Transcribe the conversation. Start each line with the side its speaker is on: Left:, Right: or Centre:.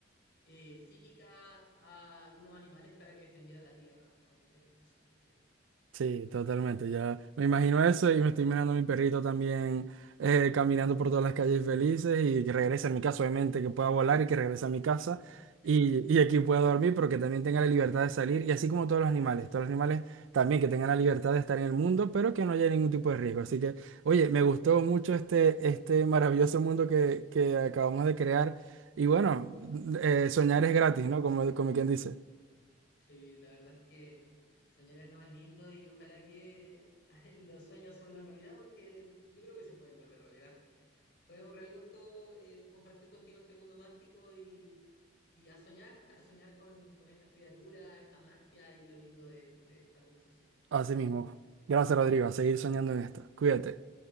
Left: eh, psíquica a algunos animales para que defendieran la tierra. ¡Ay, qué hermoso! conchetumare.
Right: Sí, totalmente. Ya me imagino eso y me estoy imaginando a mi perrito también eh, caminando por todas las calles felices y que regrese a mi casa, obviamente, que pueda volar y que regrese a mi casa
Left: <laughs>
Right: y, y aquí pueda dormir, pero que también tenga la libertad de salir y así como todos los animales, todos los animales también que tengan la libertad de estar en el mundo, pero que no haya ningún tipo de riesgo. Así que, oye, me gustó mucho este, este maravilloso mundo que, que acabamos de crear y bueno, eh, soñar es gratis, ¿no? Como, como quien dice,
Left: Sí, la verdad es que soñar es lo más lindo y ojalá que <laughs> los sueños se vuelvan realidad porque yo creo que se pueden volver realidad. Fue un real gusto eh, compartir contigo este mundo mágico y, y a soñar, <laughs> a soñar con, con estas criaturas, esta magia y lo lindo de, de esta conversación.
Right: así
Left: Fue
Right: mismo.
Left: un gusto.
Right: Gracias, Rodrigo, a seguir soñando en esto. Cuídate.